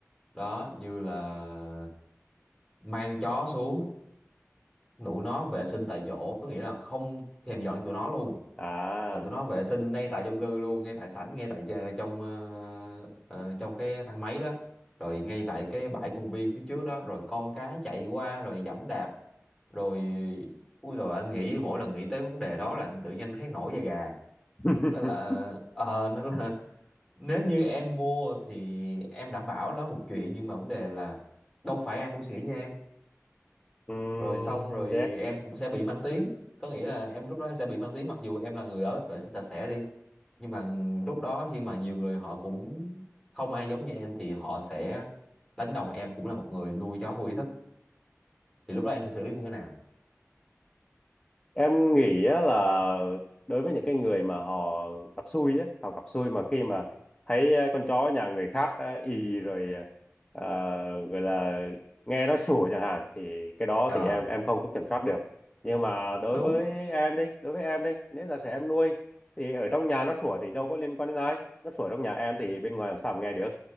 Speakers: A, in the centre; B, on the left (about 20°).
A: đó như là mang chó xuống tụi nó vệ sinh tại chỗ có nghĩa là không thèm dọn cho tụi nó luôn
B: à
A: là tụi nó vệ sinh ngay tại chung cư luôn ngay tại sảnh ngay tại chơ- trong ờ, ờ, trong cái thang máy đó rồi ngay tại cái bãi công viên phía trước đó rồi con cái chạy qua rồi giẫm đạp rồi ui rồi anh nghĩ mỗi lần nghĩ tới vấn đề đó là anh tự nhiên thấy nổi da gà
B: <laughs>
A: nên là ờ <laughs> nên là nếu như em mua thì em đảm bảo nó một chuyện nhưng mà vấn đề là đâu phải ai cũng suy nghĩ như em
B: um,
A: rồi xong rồi em cũng sẽ bị mang tiếng có nghĩa là em lúc đó em sẽ bị mang tiếng mặc dù em là người ở vệ sinh sạch sẽ đi nhưng mà lúc đó khi mà nhiều người họ cũng không ai giống như em thì họ sẽ đánh đồng em cũng là một người nuôi chó vô ý thức thì lúc đó em sẽ xử lý như thế nào
B: em nghĩ á là đối với những cái người mà họ gặp xui á họ gặp xui mà khi mà thấy ờ, con chó nhà người khác ờ, ì rồi ờ, gọi là nghe nó sủa chẳng hạn thì cái đó
A: à,
B: thì em em không có kiểm soát được nhưng mà đối
A: đúng
B: với em đi đối với em đi nếu giả sử em nuôi thì ở trong nhà nó sủa thì đâu có liên quan đến ai nó sủa trong nhà em thì bên ngoài làm sao mà nghe được